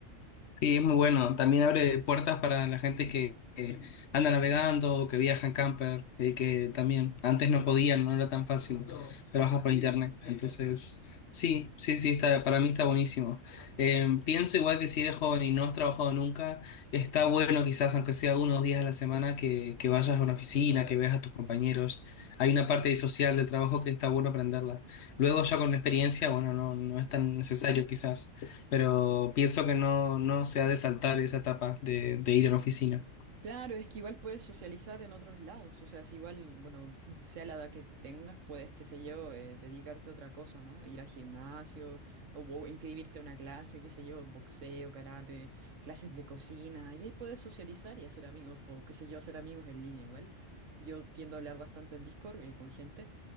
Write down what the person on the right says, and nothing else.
Claro, es que igual puedes socializar en otros lados, o sea, si igual, bueno, s- sea la edad que tengas, puedes, qué sé yo, eh, dedicarte a otra cosa, ¿no? Ir al gimnasio, o, bo- inscribirte a una clase, qué sé yo, boxeo, karate, clases de cocina, y ahí puedes socializar y hacer amigos, o qué sé yo, hacer amigos en línea igual. Yo tiendo a hablar bastante en Discord, eh, con gente.